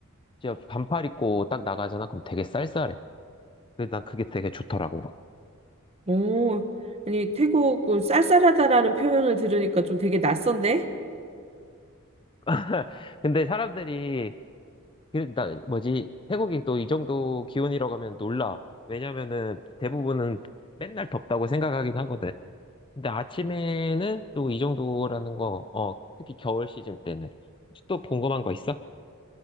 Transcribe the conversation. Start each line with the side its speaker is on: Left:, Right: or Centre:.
Left: 진짜 반팔 입고 딱 나가잖아. 그럼 되게 쌀쌀해. 그래서 난 그게 되게 좋더라고.
Right: 어, 아니, 태국 그 쌀쌀하다라는 표현을 들으니까 좀 되게 낯선데?
Left: <laughs> 근데 사람들이, 그, 나, 뭐지, 태국이 또 이 정도 기온이라고 하면 놀라. 왜냐면은 대부분은 맨날 덥다고 생각하긴 하거든. 근데 아침에는 또 이 정도라는 거, 어, 특히 겨울 시즌 때는. 혹시 또 궁금한 거 있어?